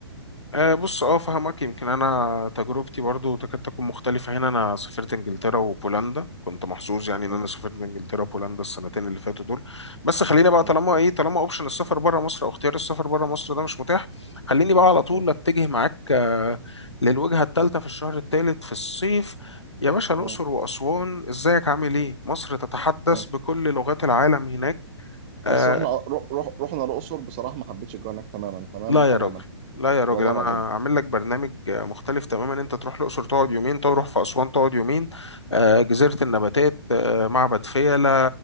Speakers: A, on the left (about 80°); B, on the right (about 25°).
A: أه بص اه فهمك يمكن انا تجربتي برضو تكاد تكون مختلفه هنا انا سافرت انجلترا وبولندا كنت محظوظ يعني ان
B: م-
A: انا سافرت انجلترا وبولندا السنتين اللي فاتوا دول بس خلينا بقى
B: م.
A: طالما ايه طالما اوبشن السفر بره مصر او اختيار السفر بره مصر ده مش متاح خليني بقى على طول
B: اه
A: اتجه معاك آه، للوجهه الثالثه في الشهر الثالث في الصيف يا باشا الاقصر
B: اه
A: واسوان ازيك عامل ايه مصر تتحدث
B: اه
A: بكل لغات العالم هناك آه،
B: بس رحنا رو- رو- رحنا الأقصر بصراحة ما حبيتش الجو هناك تماما تماما
A: لا
B: تماما
A: يا راجل لا يا راجل
B: والله
A: انا
B: العظيم
A: عامل لك برنامج مختلف تماما انت تروح الاقصر تقعد يومين تروح في اسوان تقعد يومين آه، جزيره النباتات آه، معبد فيلة